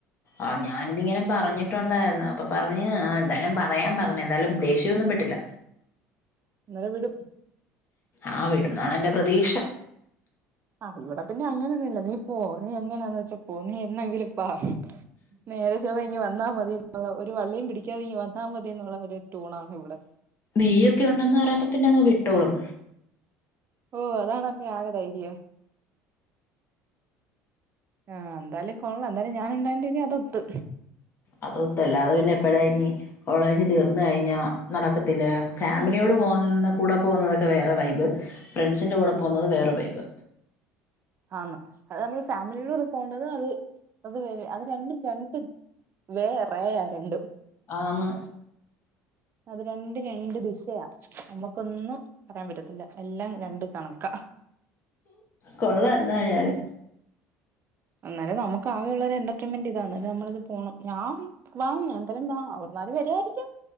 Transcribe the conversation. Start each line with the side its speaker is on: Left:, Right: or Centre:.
Left: ആഹ് ഞാനിതിങ്ങനെ പറഞ്ഞിട്ടുണ്ടയിരുന്നു അപ്പൊ പറഞ്ഞ് എന്തായാലും പറയാൻ പറഞ്ഞു എന്തായാലും ദേഷ്യന്നും പെട്ടില്ല
Right: ഇന്നലെ വിടും
Left: ആഹ് വിടും ന്നാണ് ന്റെ പ്രതീക്ഷ
Right: ആഹ് ഇവിടെ പിന്നെ അങ്ങനെയൊന്നുല്ല നീ പോ നീ എങ്ങനാന്ന് വെച്ചാ പോ നീ എന്നെങ്കിലും വ നേരെ ചൊവ്വേ ഇങ്ങ് വന്നാ മതി ഒരു വള്ളിയും പിടിക്കാതെ ഇങ്ങ് വന്നാ മതി ന്നുള്ളരു ടൂൺ ആണ് ഇവിടെ
Left: നീയ്യൊക്കെ ഉണ്ടെന്ന് പറയുമ്പ പിന്നെ അങ്ങ് വിട്ടോളും
Right: ഓഹ് അതാണ് അൻക്ക് ആകെ ദൈര്യം ആഹ് എന്തായാലും കൊള്ളാം എന്തായാലും ഞാൻ ഉണ്ടായതോണ്ട് അതൊത്ത്
Left: അതൊത്ത് അല്ലാതെ പിന്നെ എപ്പഴ ഇനി കോളേജ് തീർന്ന് കഴിഞ്ഞ നടക്കത്തില്ല ഫാമിലിയോട് പോന്ന കൂടെ പോകുന്നതൊക്കെ വേറെ വൈബ് ഫ്രണ്ട്സിൻ്റെ കൂടെ പോകുന്നത് വേറെ വൈബ്
Right: ആന്ന് അത് നമ്മൾ ഫാമിലിയിലൂടെ പോവേണ്ടത് അത് അത് വര അത് രണ്ടും രണ്ട് വേ റേ യാ രണ്ടും
Left: ആന്ന്
Right: അത് രണ്ട് രണ്ട് ദിശയാ നമുക്കൊന്നും പറയാൻ പറ്റത്തില്ല എല്ലാം രണ്ട് കണക്ക
Left: കൊള്ളാം എന്നായാലും
Right: എന്നാലേ നമുക്ക് ആകെയുള്ളൊരു എന്റർ എന്റർട്രയിൻമെന്റ് ഇതാണ് നമ്മളത് പോണം ഞാൻ വാ എന്തായാലും എന്താ അവൾമാര് വരയിരിക്കും